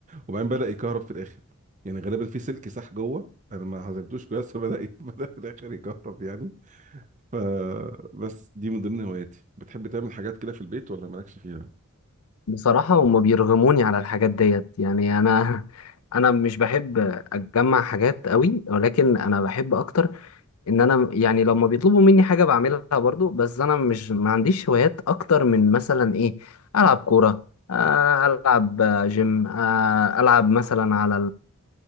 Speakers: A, on the right; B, on the left.
A: وبعدين بدأ يكهرب في الاخر يعني غالبا في سلك ساح جوه انا ما عزلتوش كويس فبدأ <laughs> بدأ في الاخر يكهرب يعني ف بس دي من ضمن هواياتي بتحب تعمل حاجات كده في البيت ولا مالكش فيها
B: بصراحة هما بيرغموني على الحاجات ديت يعني انا <laughs> انا مش بحب اتجمع حاجات قوي ولكن انا بحب اكتر ان انا يعني لما بيطلبوا مني حاجة بعملها برضو بس انا مش ما عنديش هوايات اكتر من مثلا ايه العب كورة آه، العب جيم آه، العب مثلا على